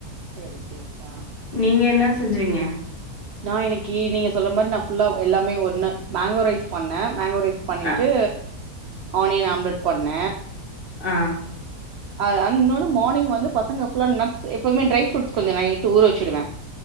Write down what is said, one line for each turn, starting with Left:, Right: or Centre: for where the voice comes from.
Right: சேரி சேரிக்கா
Left: நீங்க என்ன செஞ்சிங்க
Right: நா இன்னிக்கு நீங்க சொல்ற மாரி நா ஃபுல்லா எல்லாமே ஒன்னு மேங்கோ ரைஸ் பண்ண மேங்கோ ரைஸ் பண்ணிட்டு
Left: அ,
Right: ஆனியன் ஆம்லெட் பண்ண
Left: ஆ
Right: ஆ இன்னொன்னு மார்னிங் வந்து பசங்க ஃபுல்லா நட்ஸ் எப்போவுமே ட்ரை ஃப்ரூட்ஸ் கொஞ்சோ நைட்டு ஊற வெச்சிடுவே